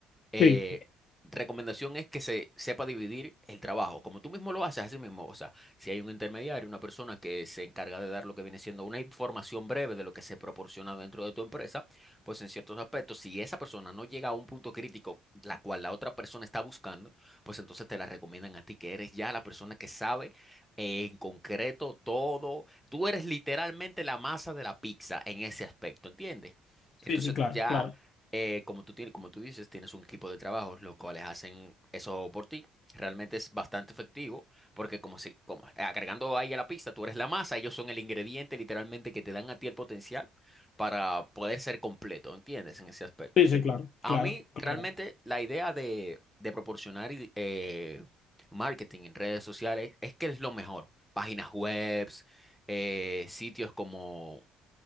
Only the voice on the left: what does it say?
Sí,
sí, sí, claro,
claro.
Sí, sí, claro,
claro,
claro.